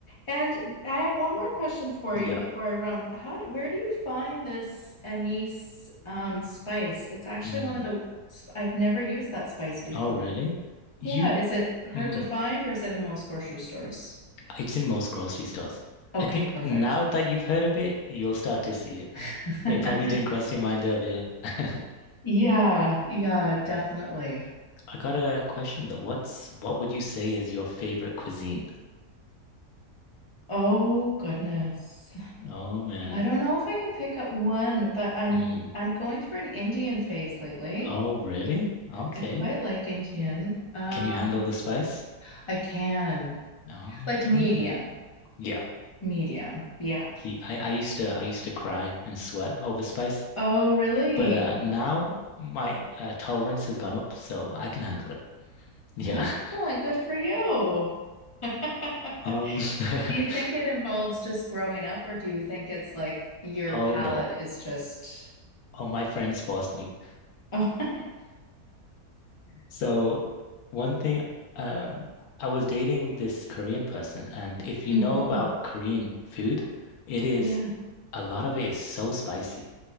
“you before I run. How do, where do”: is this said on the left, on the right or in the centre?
Left